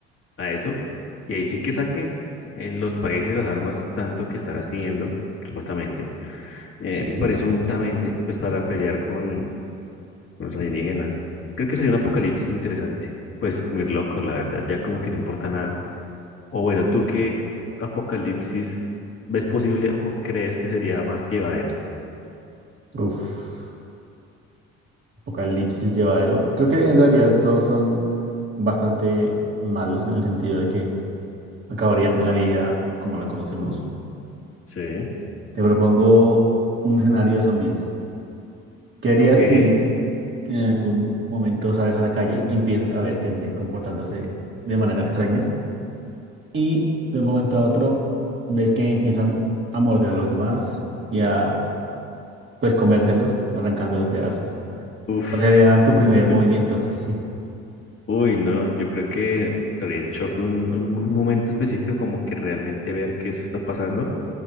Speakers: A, on the left (about 50°); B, on the right (about 40°).
A: a eso, y ahí sí que saquen eh, los países las armas tanto que están haciendo, supuestamente, eh,
B: Sí.
A: presuntamente, pues para pelear con, con los alienígenas. Creo que sería un apocalipsis interesante, pues muy loco, la verdad, ya como que no importa nada. O bueno, ¿tú qué apocalipsis ves posible o crees que sería más llevadero?
B: Uf, apocalipsis llevadero. Creo que en realidad todos son bastante malos en el sentido de que acabarían la vida como la conocemos.
A: Sí.
B: Te propongo un escenario de zombies. ¿Qué harías
A: Ok.
B: si en algún momento sales a la calle y empiezas a ver gente comportándose de manera extraña y de un momento a otro ves que empiezan a morder a los demás y a pues comérselos, arrancándoles pedazos.
A: Uf.
B: ¿Cuál sería tu primer
A: <laughs>
B: movimiento? <laughs>
A: Uy, no, yo creo que estaría en shock un, algún un momento específico como que realmente ver que eso está pasando,